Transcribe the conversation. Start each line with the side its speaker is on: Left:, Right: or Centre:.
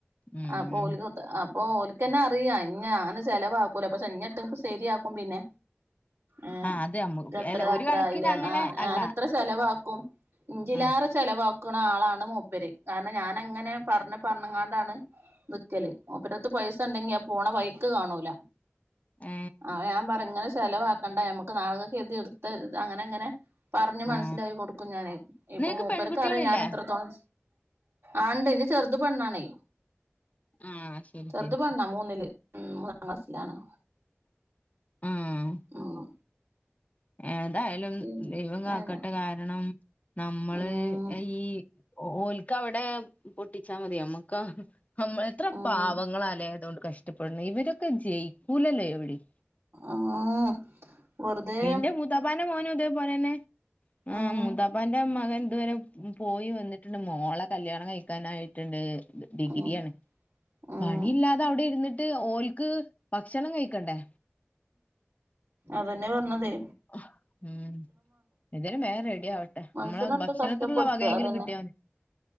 Left: ഉം
Right: അപ്പോൽക്ക് അപ്പൊ ഓൽക്കന്നെ അറിയാ ഇഞ്ഞാന്ന് ചെലവാക്കൂല പശേ ഇഞ്ഞട്ട് ശരിയാക്കും പിന്നെ ഏഹ്
Left: ആ അത് നമ്മക്ക്
Right: ജ് അത്ര
Left: അല്ല ഒരു
Right: അത്ര
Left: കണക്കിന്
Right: ആയില്ലേ
Left: അങ്ങനെ
Right: ന്നാ ഞാനത്ര
Left: അല്ല
Right: ചെലവാക്കും ഇന്റീലാറെ
Left: ആ
Right: ചെലവാക്ക്ണ ആളാണ് മൂപ്പര്. കാരണം ഞാനങ്ങനെ പർഞ്ഞ പർഞ്ഞ്ങ്ങാണ്ടാണ് നിക്കല്. മൂപ്പ രെട്ത്ത് പൈസ ഇണ്ടെങ്കി ആ പോണ വയ്ക്ക് കാണൂല.
Left: ഏ
Right: ആ ഞാൻ പറിം ഇങ്ങനെ ചെലവാക്കണ്ട. ഞമ്മക്ക് നാളക്കക്ക് കര്തി ഇട്ത്ത അങ്ങനെ അങ്ങനെ പർഞ്ഞ്
Left: ആ
Right: മൻസ്സിലായി കൊടുക്കും ഞാന്. ഇപ്പൊ
Left: നിനക്ക്
Right: മൂപ്പര്ക്ക്
Left: പെൺകുട്ടികളില്ലേ
Right: അറിയാ ഞാനത്രത്തോളം ആ ണ്ടേ ന്റെ ചെർത് പെണ്ണാണെ
Left: ആ ശരി
Right: ചെർത്
Left: ശരി
Right: പെണ്ണാ മൂന്നില് ഉം മൂന്നാം ക്ലാസ്സിലാണ്.
Left: ഉം
Right: ഉം
Left: ഏതായാലും
Right: പിന്നെ
Left: ദൈവം കാക്കട്ടെ
Right: ഏതാ
Left: കാരണം നമ്മള്
Right: ഉം
Left: ഈ ഓൽക്ക് അവ്ടെ പൊട്ടിച്ചാ മതി ഞമ്മക്കാ നമ്മള് എത്ര
Right: ഉം
Left: പാവങ്ങളാലേ അതോണ്ട് കഷ് ട്ടപ്പെടുന്നേ ഇവരൊക്കെ ജയിക്കൂലല്ലോ എവിടിം
Right: ആഹ് വെർതെ
Left: ന്റെ മുത്താപ്പാന്റെ മോനും ഇതേപോലെന്നെ
Right: ഉം
Left: ആഹ് മുത്താ പ്പാന്റെ മകൻ ഇതുവരെ പോയി വന്നിട്ട്ണ്ട്. മോളെ കല്യാണം കഴിക്കാനായിട്ട്ണ്ട്. ഡിഗ്രിയാണ്
Right: ഉം ഉം
Left: പണി ഇല്ലാ തവ്ടെ ഇര്ന്നിട്ട് ഓൽക്ക് ഭക്ഷണം കഴിക്കണ്ടേ
Right: അതെന്നെ പർഞ്ഞതെ
Left: അഹ് ഉം എന്തേലും വേം റെഡിയാവട്ടെ.
Right: മനസ്സിനൊട്ട്
Left: അമ്മളെ ഭക്ഷണത്തിനുള്ള
Right: കഷ്ടപ്പെടുത്ത
Left: വകയെങ്കിലും
Right: അതന്നെ
Left: കിട്ടിയ